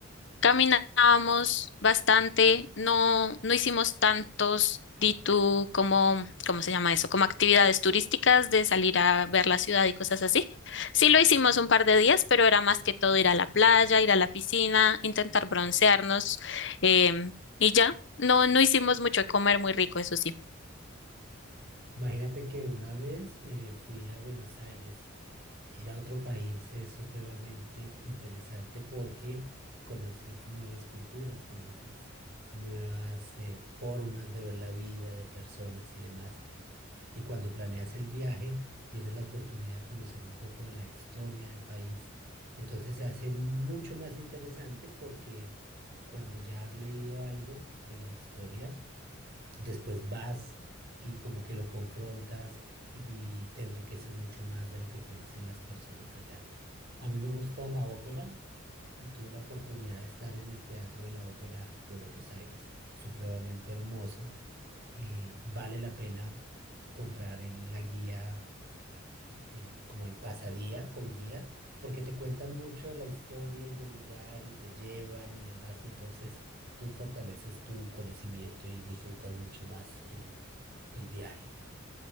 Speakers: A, on the left; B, on the right.
A: caminábamos bastante, no, no hicimos tantos D2 como, ¿cómo se llama eso? Como actividades turísticas de salir a ver la ciudad y cosas así. Sí lo hicimos un par de días, pero era más que todo ir a la playa, ir a la piscina, intentar broncearnos em, y ya. No, no hicimos mucho de comer muy rico, eso sí.
B: Imagínate que una vez eh, fui a Buenos Aires. Ir a otro país es supremamente interesante porque conoces nuevas culturas, conoces nuevas eh, formas de ver la vida de personas y demás. Y cuando planeas el viaje, tienes la oportunidad de conocer un poco de la historia del país. Entonces se hace mucho más interesante porque cuando ya has leído algo de la historia, después vas y como que lo confrontas y, y te enriqueces mucho más de lo que te dicen las personas allá. A mí me gusta la ópera y tuve la oportunidad de estar en el Teatro de la Ópera de Buenos Aires, supremamente hermoso. eh, vale la pena comprar el- la guía el- el- como el pasadía con guía, porque te cuentan mucho de la historia y del lugar y te llevan y demás, y entonces tú fortaleces tu conocimiento y disfrutas mucho más el, el viaje.